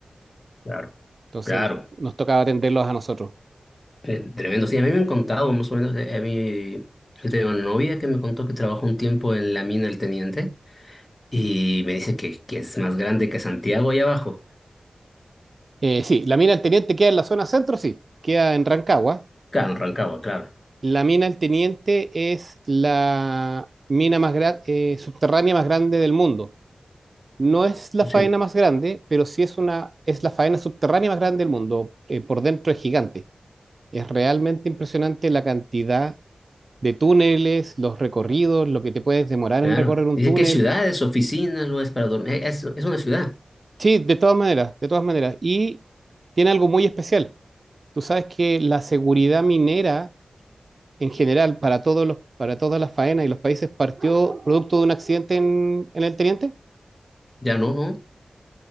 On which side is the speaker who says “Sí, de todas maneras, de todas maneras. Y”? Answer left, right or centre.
Right